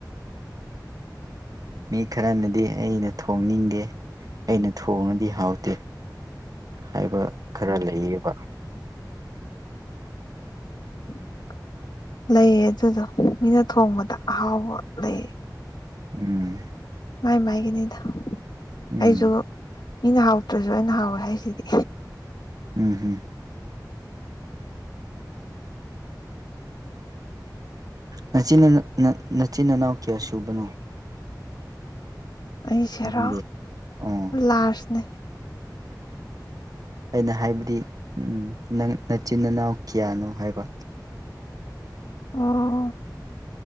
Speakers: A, on the right (about 55°); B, on the left (about 70°).
A: ꯃꯤ ꯈꯔꯅꯗꯤ ꯑꯩꯅ ꯊꯣꯡꯅꯤꯡꯗꯦ ꯑꯩꯅ ꯊꯣꯡꯉꯗꯤ ꯍꯥꯎꯇꯦ꯫ ꯍꯥꯏꯕ ꯈꯔ ꯂꯩꯌꯦꯕ꯫
B: <unintelligible> ꯂꯩꯌꯦ ꯑꯗꯨꯗꯣ ꯃꯤꯅ ꯊꯣꯡꯕꯗ ꯑꯍꯥꯎꯕ ꯂꯩꯌꯦ꯫
A: ꯎꯝ꯫
B: ꯃꯥꯏ ꯃꯥꯏꯒꯤꯅꯤꯗ
A: ꯎꯝ
B: ꯑꯩꯁꯨ ꯃꯤꯅ ꯍꯥꯎꯇ꯭ꯔꯁꯨ ꯑꯩꯅ ꯍꯥꯎꯋꯦ ꯍꯥꯏꯁꯤꯗꯤ꯫
A: ꯎꯝ ꯅꯆꯤꯟ ꯅꯅꯥ ꯅꯆꯤꯟ ꯏꯅꯥꯎ ꯀꯌꯥ ꯁꯨꯕꯅꯣ?
B: ꯑꯩ ꯁꯦꯔꯣ
A: ꯅꯪꯗꯤ ꯑꯣ
B: ꯂꯥꯔꯖꯅꯦ꯫
A: ꯑꯩꯅ ꯍꯥꯏꯕꯗꯤ ꯅꯪ ꯅꯆꯤꯟ ꯏꯅꯥꯎ ꯀꯌꯥꯅꯣ ꯍꯥꯏꯕ?
B: ꯑꯣ